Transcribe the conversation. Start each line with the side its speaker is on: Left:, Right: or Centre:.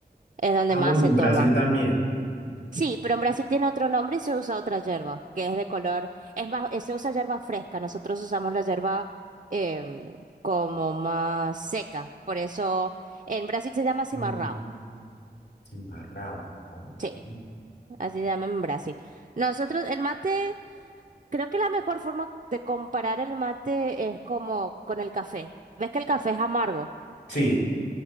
Right: Es donde
Left: Ah,
Right: más
Left: bueno,
Right: se
Left: en
Right: toma.
Left: Brasil también.
Right: Sí, pero en Brasil tiene otro nombre y se usa otra yerba, que es de color, es más, eh, se usa yerba fresca. Nosotros usamos la yerba em, como más seca. Por eso en Brasil se llama cimarrão.
Left: Mm, Cimarrao. ok.
Right: Sí, así se llama en Brasil. Nosotros, el mate. Creo que la mejor forma de comparar el mate es como con el café. ¿Ves que el café es amargo?
Left: Sí,